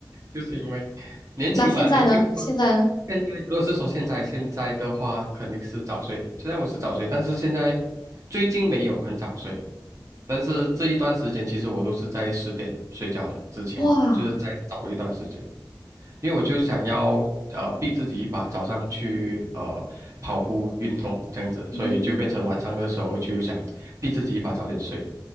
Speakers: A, on the right; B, on the left.
A: 就是因为年轻嘛，
B: 那现在呢？
A: 年轻的时候
B: 现在呢？
A: 现在如果是说现在现在的话，肯定是早睡。虽然我是早睡，但是现在最近没有很早睡，但是这一段时间其实我都是在十点睡觉的，之前就是在早一段时间，
B: 哇，
A: 因为我就想要呃逼自己一把，早上去呃跑步运动这样子，所以就变成晚上的时候就想逼自己一把早点睡。
B: 嗯